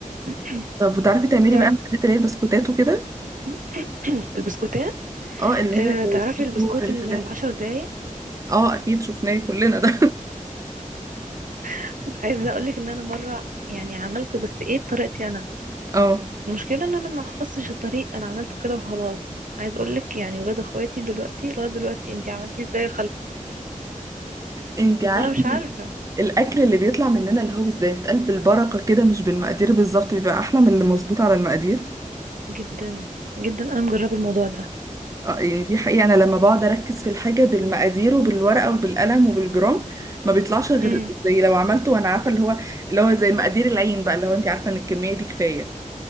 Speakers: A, on the right; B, on the right.
A: <coughs> <clears throat>
B: طب وتعرفي تعملي
A: تعرفي
B: بقى الحاجات اللي هي البسكوتات وكده
A: <clears throat> البسكوتات
B: اه اللي
A: آه،
B: هي زي
A: تعرفي
B: الكيسور
A: البسكوت
B: الحاجات
A: ال- العشر
B: دي.
A: دقايق
B: اه اكيد شفناه كلنا ده
A: <laughs> عايزة اقولك ان انا مرة يعني عملته بس ايه بطريقتي انا
B: <laughs> اه
A: المشكلة ان انا ما حفظتش الطريق انا عملته كده وخلاص عايز اقولك يعني ولاد اخواتي دلوقتي لغاية دلوقتي انتي عملتيه ازاي
B: انتي عارفه
A: وانا مش عارفة
B: الاكل اللي بيطلع مننا اللي هو زي بيتقال بالبركه كده مش بالمقادير بالظبط بيبقى احلى من اللي مظبوط على المقادير
A: جدا جدا انا مجربه الموضوع ده
B: اه يعني دي حقيقة أنا لما بقعد أركز في الحاجة بالمقادير وبالورقة وبالقلم وبالجرام ما بيطلعش غير
A: امم
B: زي لو عملته وأنا عارفة اللي هو اللي هو زي مقادير العين بقى اللي هو أنت عارفة إن الكمية دي كفاية